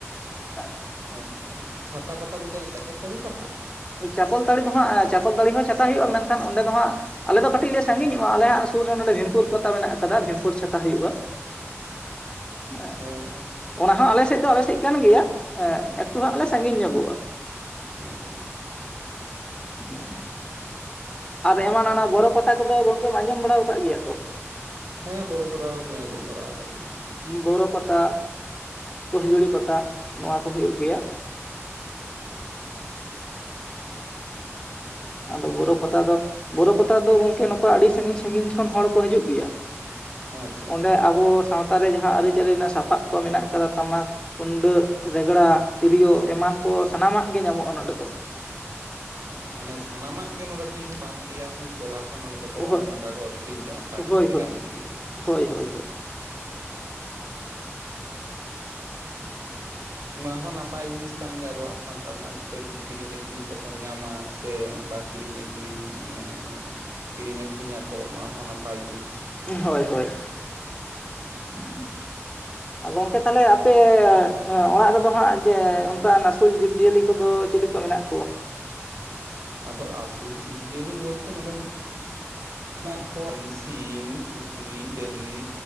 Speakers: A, on the left; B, on the right.
A: ᱦᱮᱸ
B: ᱟᱪᱪᱷᱟ ᱪᱷᱟᱛᱟ ᱯᱟᱛᱟ ᱵᱳᱞᱛᱮ ᱦᱟᱱᱮ ᱪᱟᱠᱚᱞᱛᱟᱹᱲᱤ ᱯᱟᱛᱟ
A: ᱪᱟᱠᱚᱞᱛᱟᱹᱲᱤ ᱫᱚ ᱦᱟᱸᱜ ᱪᱟᱠᱚᱞᱛᱟᱹᱲᱤ ᱦᱚᱸ ᱪᱷᱟᱛᱟ ᱦᱳᱭᱳᱜᱼᱟ ᱢᱮᱱᱠᱷᱟᱱ ᱚᱸᱰᱮ ᱫᱚ ᱦᱟᱸᱜ ᱟᱞᱮ ᱫᱚ ᱠᱟᱹᱴᱤᱡ ᱞᱮ ᱥᱟᱺᱜᱤᱧᱚᱜᱼᱟ ᱟᱞᱮᱭᱟᱜ ᱥᱩᱨ ᱨᱮ ᱱᱚᱰᱮ ᱵᱷᱤᱢᱯᱩᱨ ᱯᱟᱛᱟ ᱢᱮᱱᱟᱜ ᱟᱠᱟᱫᱟ ᱵᱷᱤᱢᱯᱩᱨ ᱪᱷᱟᱛᱟ ᱦᱩᱭᱩᱜᱼᱟ ᱮᱸᱜ
B: ᱚ
A: ᱚᱱᱟ ᱦᱚᱸ ᱟᱞᱮᱥᱮᱫ ᱫᱚ ᱟᱞᱮᱥᱮᱫ ᱠᱟᱱ ᱜᱮᱭᱟ ᱮᱠᱴᱩ ᱦᱟᱸᱜ ᱞᱮ ᱥᱟᱺᱜᱤᱧ ᱧᱚᱜᱚᱜᱼᱟ᱾
B: ᱟᱸᱪᱷᱟ
A: <inaudible> ᱟᱨ ᱮᱢᱟᱱᱟᱱᱟ ᱵᱚᱨᱚ ᱯᱟᱛᱟ ᱠᱚᱫᱚ ᱜᱚᱝᱠᱮᱢ ᱟᱸᱡᱚᱢ ᱵᱟᱲᱟ ᱟᱠᱟᱫ ᱜᱮᱭᱟ ᱛᱚ
B: ᱦᱮᱸ ᱵᱚᱨᱚ ᱯᱚᱨᱟᱣ ᱠᱚᱫᱚᱧ ᱟᱸᱡᱚᱢ ᱵᱟᱲᱟ ᱟᱠᱟᱫ ᱜᱮᱭᱟ᱾
A: ᱵᱳᱨᱳ ᱯᱟᱛᱟ ᱯᱩᱥᱡᱩᱲᱤ ᱯᱟᱛᱟ ᱱᱚᱶᱟ ᱠᱚ ᱦᱳᱭᱩᱜ ᱜᱮᱭᱟ ᱟᱫᱚ
B: ᱜᱮᱭᱟ
A: ᱵᱳᱨᱳ ᱯᱟᱛᱟ ᱫᱚ ᱵᱳᱨᱳ ᱯᱟᱛᱟ ᱫᱚ ᱜᱚᱝᱠᱮ ᱱᱚᱝᱠᱟ ᱟᱹᱰᱤ ᱥᱟᱺᱜᱤᱧ ᱥᱟᱺᱜᱤᱧ ᱠᱷᱚᱱ ᱦᱚᱲ ᱠᱚ ᱦᱤᱡᱩᱜ ᱜᱮᱭᱟ
B: ᱟᱪᱪᱷᱟ ᱟᱪᱪᱷᱟ
A: ᱚᱸᱰᱮ ᱟᱵᱚ ᱥᱟᱶᱛᱟ ᱨᱮ ᱡᱟᱦᱟᱸ ᱟᱹᱨᱤᱪᱟᱹᱞᱤ ᱨᱮᱱᱟᱜ ᱥᱟᱯᱟᱵ ᱠᱚ ᱢᱮᱱᱟᱜ ᱟᱠᱟᱫᱟ ᱴᱟᱢᱟᱠ ᱛᱩᱢᱫᱟᱹᱜ ᱨᱮᱜᱽᱲᱟ ᱛᱤᱨᱭᱳ ᱮᱢᱟᱱ ᱠᱚ ᱥᱟᱱᱟᱢᱟᱜ ᱜᱮ ᱧᱟᱢᱚᱜᱼᱟ ᱱᱚᱰᱮ ᱫᱚ
B: ᱚ ᱢᱟᱱᱮ ᱥᱟᱱᱟᱢᱟᱜ ᱜᱮ ᱱᱚᱰᱮ ᱫᱩᱧ ᱯᱟᱱᱛᱮᱭᱟ ᱥᱮᱢ ᱛᱚᱞᱟᱥ ᱱᱚᱸᱰᱮ ᱫᱚᱠᱚ
A: ᱦᱳᱭ
B: ᱱᱚᱝᱠᱟ ᱠᱚ ᱟᱹᱠᱷᱨᱤᱧ ᱠᱮᱭᱟ ᱚᱝᱠᱟ
A: ᱦᱳᱭ
B: ᱡᱤᱱᱤᱥ ᱫᱚ ᱧᱟᱢᱚᱜ ᱜᱮᱭᱟ᱾
A: ᱦᱳᱭ ᱦᱳᱭ ᱦᱳᱭ
B: <inaudible> ᱱᱚᱶᱟ ᱦᱚᱸ ᱱᱟᱯᱟᱭ ᱡᱤᱱᱤᱥ ᱠᱟᱱ ᱜᱮᱭᱟ ᱟᱵᱚᱣᱟᱜ ᱥᱟᱱᱛᱟᱲ ᱨᱮᱱᱟᱜ ᱡᱷᱚᱛᱚ ᱡᱩᱫᱤ ᱠᱤᱨᱤᱧ ᱟᱠᱷᱨᱤᱧ ᱛᱮᱵᱚᱱ ᱧᱟᱢᱟ᱾ ᱥᱮ ᱚᱝᱠᱟ ᱠᱤᱨᱤᱧ ᱟᱹᱠᱷᱨᱤᱧ ᱮᱸᱻ ᱠᱤᱨᱤᱧ ᱟᱹᱠᱷᱨᱤᱧ ᱟᱠᱚ ᱱᱚᱣᱟ ᱦᱚᱸ ᱱᱟᱯᱟᱭ ᱜᱮ
A: ᱦᱳᱭ ᱦᱳᱭ
B: <unintelligible>
A: <inaudible> ᱜᱚᱝᱠᱮ ᱛᱟᱦᱚᱞᱮ ᱟᱯᱮ ᱚᱲᱟᱜ ᱨᱮᱫᱚ ᱦᱟᱸᱜ ᱡᱮ ᱚᱱᱠᱟ ᱱᱟᱹᱥᱩᱞ ᱡᱤᱵᱽ ᱡᱤᱭᱟᱹᱞᱤ ᱠᱚᱫᱚ ᱪᱤᱞᱤ ᱠᱚ ᱢᱮᱱᱟᱜ ᱠᱚᱣᱟ
B: ᱟᱫᱚ ᱟᱥᱩᱞ ᱡᱤᱵᱽ ᱡᱤᱭᱟᱹᱞᱤ ᱵᱳᱞᱛᱮ ᱱᱚᱰᱮ ᱢᱟ
A: <inaudible>
B: ᱢᱮᱱᱟᱜ ᱠᱚᱣᱟ ᱥᱤᱢ ᱥᱩᱠᱨᱤ ᱰᱟᱹᱝᱨᱤ